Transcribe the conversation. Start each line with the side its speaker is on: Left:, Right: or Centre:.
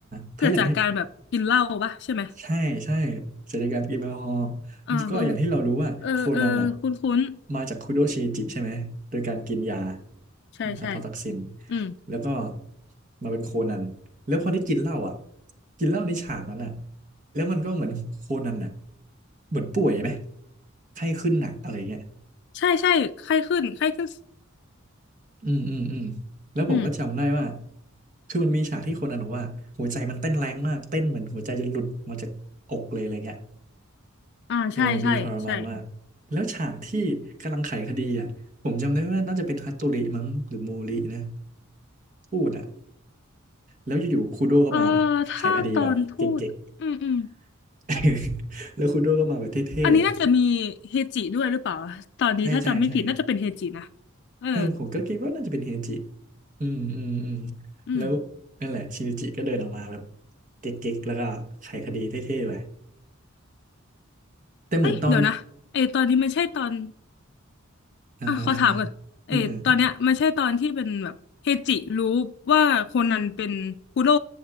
Right: เพราะอย่างที่
Left: เกิดจากการแบบกินเหล้าปะใช่ไหม
Right: ใช่ใช่เสถียรการกินแอลกอฮอล์
Left: อ่าคือ
Right: ก็อย่างที่เรารู้ว่าโคนันอ่ะ
Left: เออเออคุ้นคุ้น
Right: มาจากคุโดชิจิใช่ไหมโดยการกินยา
Left: ใช่ใช่
Right: อืมอะพอทักซิน
Left: อืม
Right: แล้วก็มาเป็นโคนันแล้วพอได้กินเหล้าอ่ะกินเหล้าในฉากนั้นอ่ะแล้วมันก็เหมือนโคนันอ่ะเหมือนป่วยไหมไข้ขึ้นหนักอะไรเงี้ย
Left: ใช่ใช่ไข้ขึ้นไข้ขึ้น
Right: อืมอืมอืมแล้วผมก็จำได้ว่า
Left: อืม
Right: คือมันมีฉากที่โคนันบอกว่าหัวใจมันเต้นแรงมากเต้นเหมือนหัวใจจะหลุดมาจากอกเลยอะไรเงี้ย
Left: อ่าใช่ใช่ใช่
Right: เออมันดูทรมานมากแล้วฉากที่กำลังไขคดีอ่ะผมจำได้ว่าน่าจะเป็นฮัตโตริมั้งหรือมูรินะพูดอ่ะแล้วอยู่ๆคูโดก็มาแบบไขคดีแบบเก๊ก
Left: เออถ้าตอนทูตอืมอืม
Right: ๆ <laughs> แล้วคูโดก็มาแบบเท่
Left: อันนี้น่าจะมีเฮจิด้วยหรือเปล่าตอนนี้ถ้าจำไม่ผิดน่าจะเป็นเฮจินะ
Right: ๆใช่ใช่ใช่
Left: เออ
Right: เออผมก็คิดว่าน่าจะเป็นเฮจิอืมอืมอืม
Left: อืม
Right: แล้วนั่นแหละชินิจิก็เดินออกมาแบบเก๊กๆแล้วก็ไขคดีเท่ๆไปแต่เหมือนตอน
Left: เอ้ยเดี๋ยวนะไอตอนนี้มันใช่ตอน
Right: อ่าฮะอ่าฮะ
Left: อ่ะขอถามก่อนเออตอนเนี้ยมันใช่ตอนที่เป็นแบบเฮจิรู้ว่าโคนันเป็นคุโร่
Right: อืมอืม